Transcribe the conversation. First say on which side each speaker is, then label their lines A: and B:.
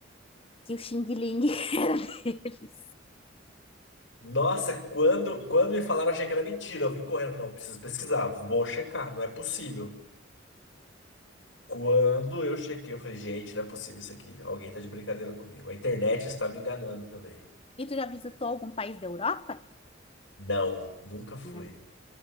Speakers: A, on the left; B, on the left.
A: que o Xing Ling <laughs> era deles.
B: Nossa, quando, quando me falaram, eu achei que era mentira. Eu vim correndo, falei, não, preciso pesquisar, vou checar, não é possível. Quando eu chequei, eu falei, gente, não é possível isso aqui. Alguém tá de brincadeira comigo. A internet está me enganando também.
A: E tu já visitou algum país da Europa?
B: Não, nunca fui.
A: Ainda não.